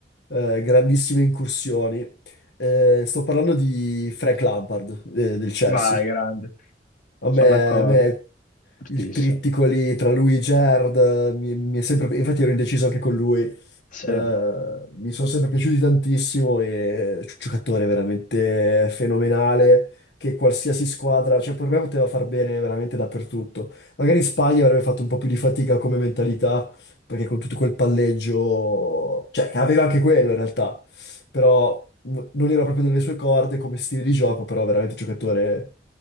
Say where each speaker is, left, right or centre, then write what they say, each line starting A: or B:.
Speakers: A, on the left; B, on the left.
A: eh, grandissime incursioni. Eh, sto parlando di Frank Lampard, eh, del Chelsea.
B: vai, grande,
A: A
B: sono
A: me,
B: d'accordo,
A: a me
B: fortissimo.
A: il trittico lì tra lui e Gerrard eh, mi, mi è sempre... Infatti ero indeciso anche con lui. Eh,
B: Sì.
A: mi sono sempre piaciuti tantissimo e è un giocatore veramente fenomenale che qualsiasi squadra, cioè per me poteva far bene veramente dappertutto. Magari in Spagna avrebbe fatto un po' più di fatica come mentalità, perché con tutto quel palleggio, cioè che aveva anche quello in realtà, però n- non era proprio nelle sue corde come stile di gioco, però veramente un giocatore